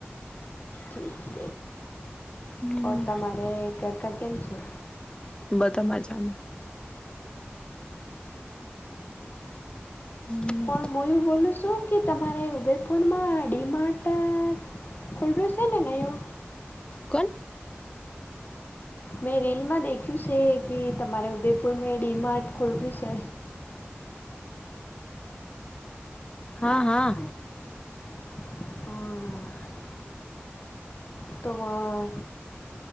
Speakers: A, on the left (about 45°); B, on the left (about 20°).
A: ઠીક
B: હમ
A: તમારે ઘર કા કેમ છે.
B: બધા મજામાં. હમ
A: પણ હું એવું બોલું છું કે તમારે ઉદયપુરમાં આડી માટે. કોલ્ડસ છે ને નયો.
B: કોણ
A: મેં રીલમાં દેખ્યું છે કે તમારે ઉદયપુર મે ડી માર્ટ ખોલ્યું છે.
B: હા હા.
A: હા. તો વા.